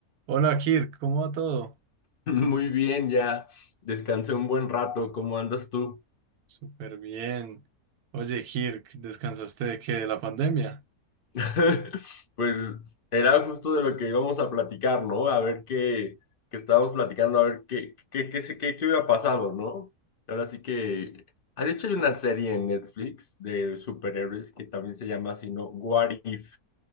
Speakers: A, on the right; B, on the left.
A: Hola Kirk, ¿cómo va todo?
B: <laughs> Muy bien, ya descansé un buen rato. ¿Cómo andas tú?
A: Súper bien. Oye Kirk, ¿descansaste de qué? ¿De la pandemia?
B: <laughs> Pues era justo de lo que íbamos a platicar, ¿no? A ver qué, qué estábamos platicando, a ver qué, qué, qué, se- qué, qué hubiera pasado, ¿no? Ahora sí que... Ah, De hecho, hay una serie en Netflix de superhéroes que también se llama así, ¿no? What If.